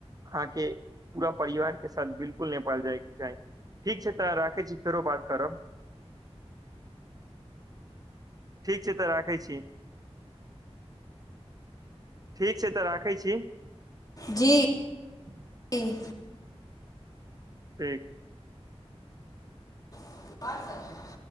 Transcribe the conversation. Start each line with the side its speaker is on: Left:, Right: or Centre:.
Right: अहाँके पूरा परिवार के साथ बिलकुल नेपाल जायके चाही ठीक छैय तऽ राखै छी फेरो बात करब। ठीक छैय तऽ राखै छी। ठीक छैय तऽ राखै छी।
Left: जी।
Right: <inaudible>
Left: की
Right: ठीक।
Left: <unintelligible>